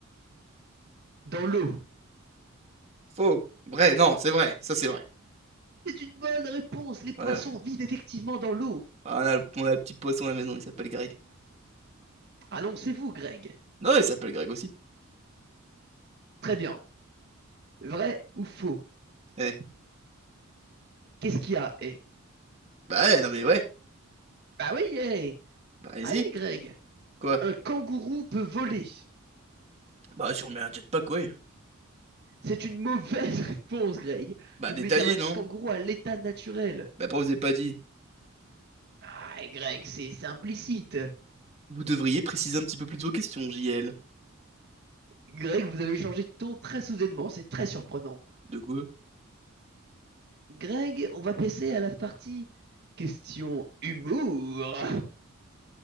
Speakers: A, on the right; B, on the right.
A: Dans l'eau.
B: faux, vrai, non, c'est vrai, ça c'est vrai.
A: C'est une bonne réponse. Les poissons
B: Ouais, ouais.
A: vivent effectivement dans l'eau.
B: Ah, On a, on a un petit poisson à la maison, il s'appelle Greg.
A: Annoncez-vous, Greg.
B: Non, il s'appelle Greg aussi.
A: Très bien. Vrai ou faux?
B: Eh,
A: Qu'est-ce qu'il y a, eh?
B: bah ouais, non mais ouais,
A: Bah oui, eh!
B: bah allez-y,
A: Allez, Greg.
B: quoi?
A: Un kangourou peut voler.
B: Bah si on met un jetpack, ouais.
A: C'est une mauvaise <laughs> réponse, Greg.
B: Bah
A: Je
B: détaillé,
A: voulais dire un
B: non?
A: kangourou à l'état naturel.
B: Bah pourquoi vous avez pas dit?
A: Ah, Greg, c'est c'est implicite.
B: Vous devriez préciser un petit peu plus de vos questions, JL.
A: Greg, vous avez changé de ton très soudainement. C'est très surprenant.
B: De quoi?
A: Greg, on va passer à la partie question humour. <laughs>